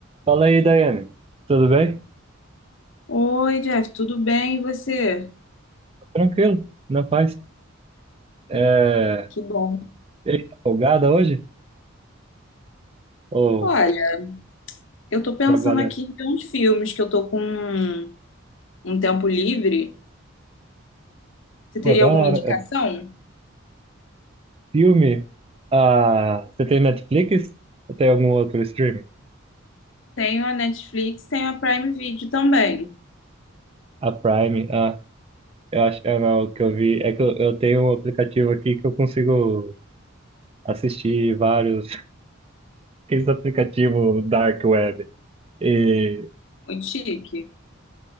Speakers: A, on the right; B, on the left.
A: Fala aí, Daiane. Tudo bem?
B: Oi, Jeff, tudo bem? E você?
A: Tranquilo, na paz. É...
B: Que bom.
A: E aí, tá folgada hoje? Ou
B: Olha, eu tô pensando
A: trabalhando?
B: aqui em ver uns filmes que eu tô com um, um tempo livre. Você teria
A: Pô, da
B: alguma
A: hora.
B: indicação?
A: É filme? Ah, você tem Netflix? Ou tem algum outro streaming?
B: Tenho a Netflix, tenho a Prime Video também.
A: A Prime? Ah, eu acho ah, não, o que eu vi é que eu, eu tenho um aplicativo aqui que eu consigo assistir vários. <laughs> Esse aplicativo Dark Web. E,
B: Muito chique.